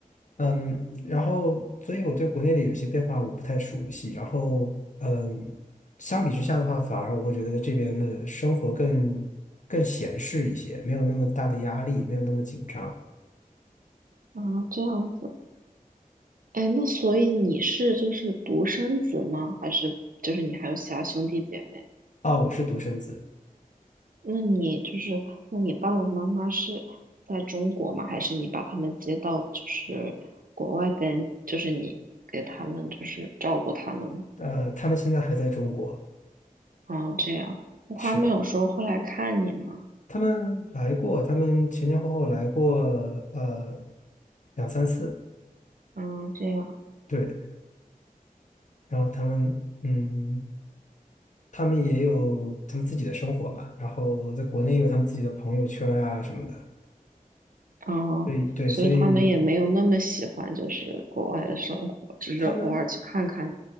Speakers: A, on the left; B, on the right.
A: 嗯，然后，所以我对国内的有些变化我不太熟悉。然后，嗯，相比之下的话，反而我会觉得在这边的生活更更闲适一些，没有那么大的压力，没有那么紧张。
B: 啊，这样子，哎，那所以你是就是独生子吗？还是就是你还有其他兄弟姐妹？
A: 啊，我是独生子，
B: 那你就是那你爸爸妈妈是在中国吗？还是你把他们接到就是国外跟就是你给他们就是照顾他们呢？
A: 呃，他们现在还在中国，
B: 啊，这样，那他们有时候会来看你吗？
A: 是他们来过，他们前前后后来过，呃，两三次，
B: 嗯，这样，
A: 对。然后他们，嗯，他们也有他们自己的生活嘛，然后在国内有他们自己的朋友圈啊什么的。
B: 啊，
A: 对对，
B: 所以他们也没有那么喜欢就是国外的生活，
A: 所以
B: 只是偶尔去看看你。
A: 他们，